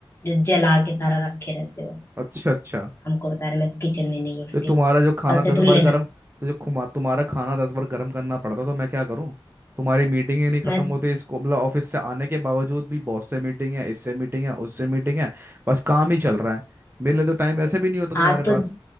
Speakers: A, on the left; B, on the right.
A: जो जला के सारा रखे रहते हो
B: अच्छा अच्छा
A: हमको बता रहे मैं किचन में नहीं घुसती
B: तो तुम्हारा जो खाना
A: कल
B: दस
A: से धुल
B: बार
A: लेना
B: गर्म तो जो खुमा तुम्हारा खाना दस बार गर्म करना पड़ता है, तो मैं क्या करूं तुम्हारी मीटिंग ही नहीं खत्म
A: मैं
B: होती इसको मतलब ऑफिस से आने के बावजूद भी बॉस से मीटिंग है इससे मीटिंग है उससे मीटिंग है बस काम ही चल रहा है मेरे लिए तो टाइम वैसे भी नहीं होता तुम्हारे
A: हाँ तो
B: पास